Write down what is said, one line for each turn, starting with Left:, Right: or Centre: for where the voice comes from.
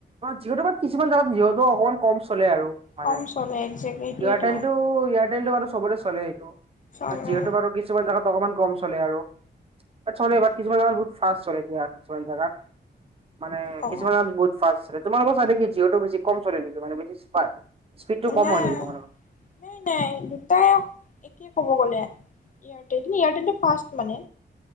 Right: জিঅটো বাদ কিছুমান জেগাত জিঅ অকনমান কম চলে চলে আৰু মানে
Left: কম চলে একজেক্টলি সেইটোৱেতো
Right: এয়াৰটেলটো-এয়াৰটেলটো বাৰু চবতে চলে এইটো
Left: চলে
Right: যিহেতু বাৰু কিছুমান জেগাত অকমান কম চলে আৰু চলে কিছুমান জেগাত বহুত ফাৰ্ষ্ট চলে দিয়া কিছুমান জেগাত মানে
Left: অ
Right: কিছুমান বহুত ফাৰ্ষ্ট চলে তোমালোকৰ চাইদে জিঅটো বেছি কম চলে নেকি মানে বেছি। স্পীডটো কম
Left: নাই-নাই-নাই
Right: হয় নেকি তোমালোকৰ
Left: দুটাই একে ক'ব গ'লে এয়াৰটেল এয়াৰটেল ফাষ্ট মানে